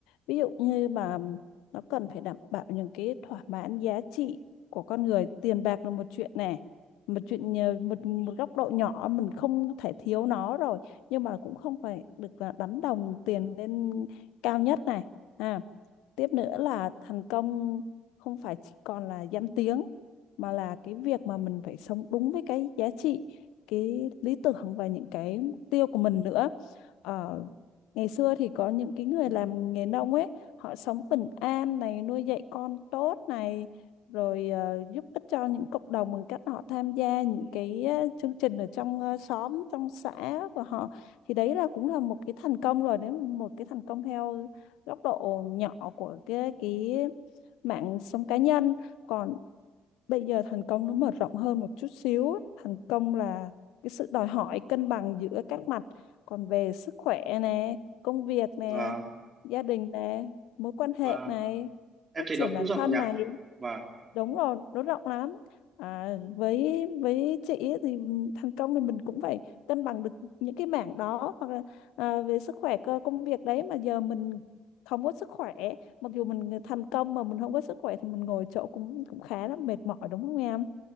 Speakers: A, on the left; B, on the right.
A: ví dụ như mà nó cần phải đảm bảo những cái thỏa mãn giá trị của con người tiền bạc là một chuyện này một chuyện nhờ- một một góc độ nhỏ mình không thể thiếu nó rồi nhưng mà cũng không phải được là đánh đồng tiền lên cao nhất này à tiếp nữa là thành công không phải chỉ còn là danh tiếng mà là cái việc mà mình phải sống đúng với cái giá trị cái lý tưởng và những cái mục tiêu của mình nữa ở ngày xưa thì có những cái người làm nghề nông ấy, họ sống bình an này, nuôi dạy con tốt này, rồi ờ, giúp ích cho những cộng đồng bằng cách họ tham gia những cái ờ, chương trình ở trong ờ, xóm, trong xã của họ. Thì đấy là cũng là một cái thành công rồi, đấy là một cái thành công theo góc độ nhỏ của cái cái mạng sống cá nhân. Còn bây giờ thành công nó mở rộng hơn một chút xíu á. thành công là cái sự đòi hỏi cân bằng giữa các mặt còn về sức khỏe nè công việc nè
B: và
A: gia đình nè mối quan hệ
B: và
A: này
B: em
A: phát
B: thấy
A: triển
B: nó
A: bản
B: cũng rộng
A: thân
B: nhỉ.
A: này
B: Và
A: đúng rồi nó rộng lắm à, với với chị ấy thì thành công thì mình cũng phải cân bằng được những cái mảng đó hoặc là à, về sức khỏe cơ công việc đấy mà giờ mình không có sức khỏe mặc dù mình thành công mà mình không có sức khỏe thì mình ngồi chỗ cũng cũng khá là mệt mỏi đúng không em